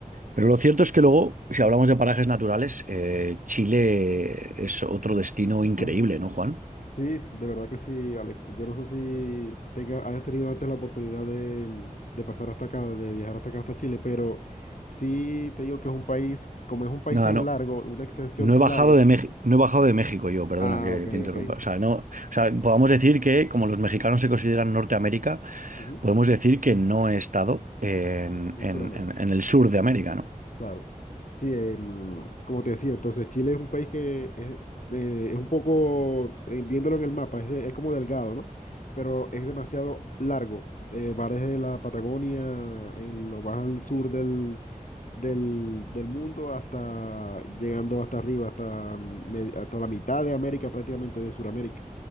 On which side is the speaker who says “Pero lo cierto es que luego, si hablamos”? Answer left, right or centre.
Right